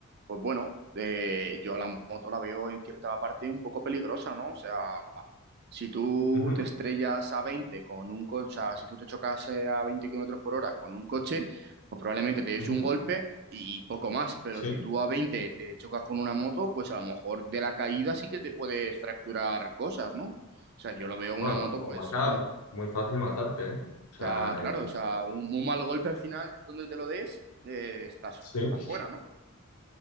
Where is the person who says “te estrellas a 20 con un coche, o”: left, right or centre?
Right